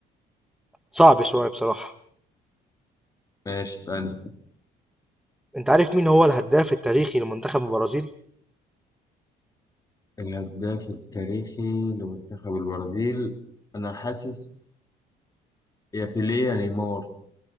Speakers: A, in the centre; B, on the left.
A: صعب شويه بصراحه
B: ماشي اسألني
A: انت عارف مين هو الهداف التاريخي لمنتخب البرازيل
B: الهداف التاريخي لمنتخب البرازيل أنا حاسس يا بيليه يا نيمار